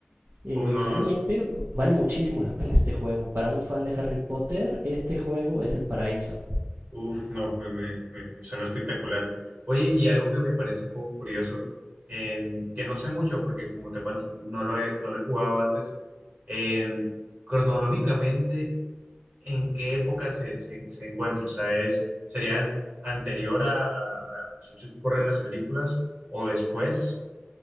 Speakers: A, on the right; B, on the right.
A: Eh,
B: Uno,
A: realmente vale muchísimo la pena este juego. Para un fan de Harry Potter, este juego es el paraíso.
B: Uf, no, me, me- me- suena espectacular. Oye, y algo que me parece un poco curioso, eh, que no sé mucho porque como te cuento, no lo he, no lo he jugado antes, eh, cronológicamente, ¿en qué época se, se, se encuentra? O sea, es, ¿sería anterior a, a- a los hechos que ocurren en las películas o después?